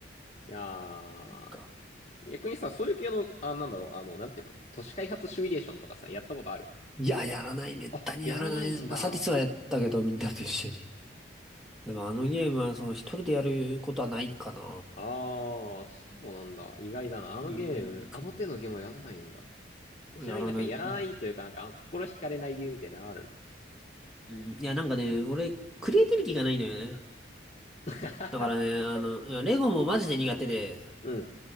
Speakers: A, on the left (about 35°); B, in the centre.
A: う。いやー、
B: そっか
A: 逆にさ、そういう系の、あ、なんだろう、あの、なんていうの、都市開発シミュレーションとかさ、やったことある
B: いや、やらない。めったにやらない。
A: あ、やらないんだ。
B: まあ、サティスはやったけど、みんなと一緒に。でもあのゲームは、その一人でやることはないかな。
A: あー、そうなんだ。意外だな。あのゲーム、
B: うーん。
A: あの手のゲームはやんないんだ。えちなみになんかやらないというか、
B: やらない。うん
A: なんか心惹かれない理由みたいなのあるの
B: うんいや、なんかね、俺、クリエイティビティがないのよね。
A: <laughs>
B: だからね、あの、いやレゴもマジで苦手で、
A: うん。